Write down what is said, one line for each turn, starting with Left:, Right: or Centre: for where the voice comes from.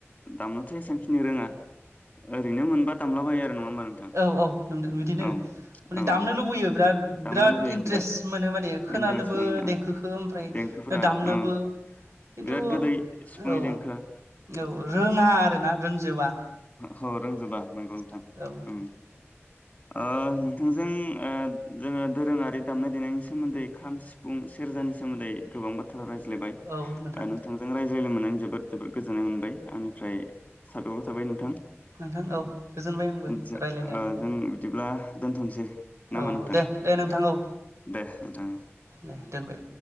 Left: दामनोथ एसेबांखिनि रोङा ओरैनो मोनबा दामला बायो आरो नङा होमबा नोंथां
Right: औ औ नंदों बिदिनो
Left: औ
Right: माने
Left: औ
Right: दामनो
Left: औ
Right: लुबैयो बिराद
Left: दामनो
Right: बिराद
Left: लुबैयो
Right: इन्टारेस्ट
Left: बिराद
Right: मोनो माने खोनानोबो
Left: इन्टारेस्ट मोनो ओं
Right: देंखोखो ओमफ्राय
Left: देंखोफोरा
Right: दामनोबो
Left: ओं
Right: खिथु
Left: बिराद गोदै सिफुंनि
Right: औ
Left: देंखोआ
Right: औ रोङा आरोना रोंजोबा
Left: औ रोंजोबा नंगौ नोंथां
Right: औ
Left: ओं ओ नोंथांजों जोङो दोरोङारि दामनाय देनायनि सोमोन्दै खाम सिफुं सेरजानि सोमोन्दै गोबां बा थ्रा रायज्लायबाय
Right: औ नोंथां
Left: नोंथांजों रायज्लाय मोननानै जोबोद जोबोद गोजोननाय मोनबाय आंनिफ्राय थाथबाय थाबाय नोंथां
Right: नोंथां औ गोजोनबाय आंबो
Left: जो
Right: रायलायनायनि
Left: ओ जों बिदिब्ला दोनथनोसै। नामा
Right: औ
Left: नोंथां
Right: दे दे नोंथां औ
Left: दे नोंथां
Right: दे। दोनबाय।